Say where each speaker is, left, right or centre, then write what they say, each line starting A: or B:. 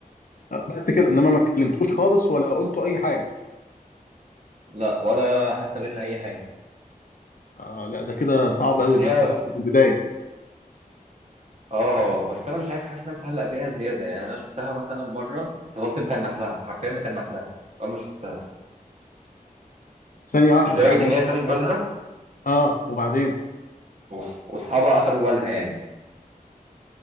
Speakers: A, on the left; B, on the right.
A: آه، بس كده انما ما اتكلمتوش خالص ولا قلتوا اي حاجه
B: لا ولا حتى بينا اي حاجه
A: آه لا ده كده صعب
B: بس
A: قوي ده
B: هي
A: انت لسه في البدايه
B: اه بس انا مش عارف حاسس ان انا متعلق بيها زياده يعني انا شفتها مثلا مره فضلت متنح لها حرفيا متنح لها اول ما شفتها
A: ثانيه واحده
B: لدرجه
A: يعني
B: ان
A: انت
B: هي خدت بالها
A: اه وبعدين
B: وص- واصحابها اخدوا بالها يعني